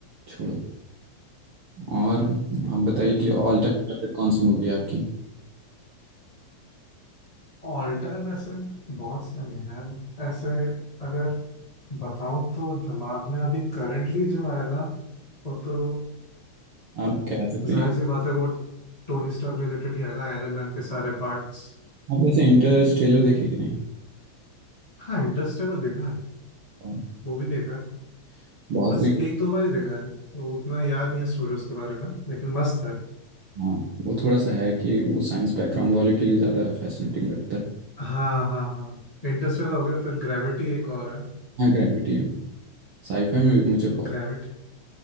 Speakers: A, on the right; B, on the left.
A: छोड़ो और आप बताइए कि ऑल टाइम फेवरेट कौन सी मूवी है आपकी
B: ऑल्टर <laughs> वैसे बहुत सारे हैं यार ऐसे अगर बताऊं तो दिमाग में अभी करंटली जो आएगा वो तो
A: आप कह सकते
B: जाहिर
A: हैं
B: सी बात है वो टोनी स्टार्क रिलेटेड ही आएगा आयरन मैन के सारे पार्ट्स
A: आप वैसे इंटरस्टेलर देखे कि नहीं
B: हाँ इंटरेस्टेलर देखा है
A: और
B: वो भी देखा है
A: बहुत
B: बस
A: कोई
B: एक दो बार ही देखा है तो उतना याद नहीं है स्टोरी उसके बारे में लेकिन मस्त है
A: हाँ वो थोड़ा सा है कि वो साइंस बैकग्राउंड वाले के लिए ज़्यादा फैसिनेटिंग लगता है
B: हाँ हाँ हाँ इंटरस्टेलर हो गया फिर ग्रेविटी एक और है
A: हाँ ग्रेविटी साईफाई में भी मुझे बहुत
B: ग्रेविटी